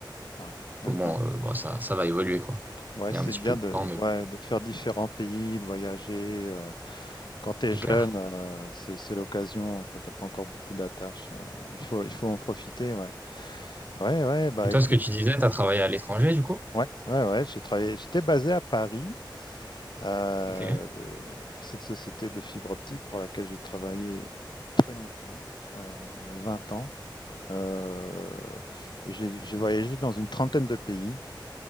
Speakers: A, on the left; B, on the right.
A: Ouais, d'accord.
B: comment euh, bon, ça, ça va évoluer, quoi.
A: Ouais,
B: Il
A: c'est
B: y a un petit
A: bien
B: peu de
A: de,
B: temps, mais
A: ouais, de faire différents pays, de voyager. euh, Quand tu es
B: c'est
A: jeune,
B: clair.
A: euh, c'est, c'est l'occasion, quand t'as pas encore beaucoup d'attaches. euh, il faut, il faut en profiter, ouais. Ouais, ouais, bah
B: Et toi,
A: écoute.
B: ce que tu disais, tu as travaillé à l'étranger, du coup?
A: Ouais, ouais, ouais, j'ai travaillé, j'étais basé à Paris euh,
B: Ok.
A: pour cette société de fibre optique pour laquelle j'ai travaillé très longtemps, euh, 20 ans. Euh, et j'ai j'ai voyagé dans une trentaine de pays